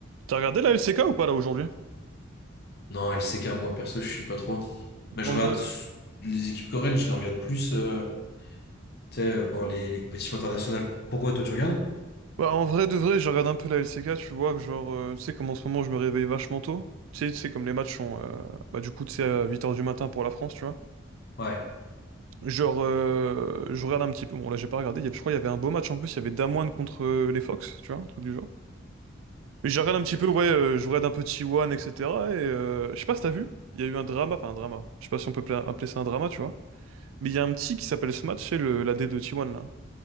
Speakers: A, on the right; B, on the left.
A: T'as regardé la LCK ou pas là aujourd'hui?
B: Non, LCK, moi perso, je suis pas trop. Mais
A: En
B: je regarde
A: vrai...
B: les équipes coréennes, je les regarde plus euh, tu sais, euh, pendant les, les compétitions internationales. Pourquoi toi tu regardes?
A: Bah, en vrai de vrai, je regarde un peu la LCK, tu vois, que genre, euh, tu sais, comme en ce moment je me réveille vachement tôt. Tu sais, tu sais, comme les matchs sont, euh, bah, du coup, tu sais, à 8h du matin pour la France, tu vois.
B: Ouais.
A: Genre, euh, je regarde un petit peu, bon là j'ai pas regardé, Il y a- je crois qu'il y avait un beau match en plus, il y avait Damwon contre euh, les Fox, tu vois, un truc du genre. Mais je regarde un petit
B: Euh,
A: peu, ouais, euh, je regarde un peu T1, etc. Et cetera. Et euh, je sais pas si t'as vu, il y a eu un drama, enfin un drama, je sais pas si on peut pla- appeler ça un drama, tu vois. Mais il y a un petit qui s'appelle Smash, c'est le l'A D de T1 là.